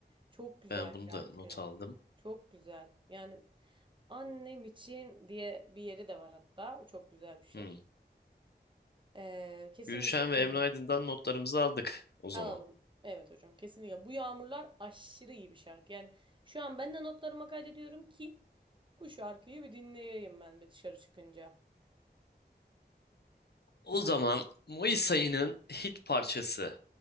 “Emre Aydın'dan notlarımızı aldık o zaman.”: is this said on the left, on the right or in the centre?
Left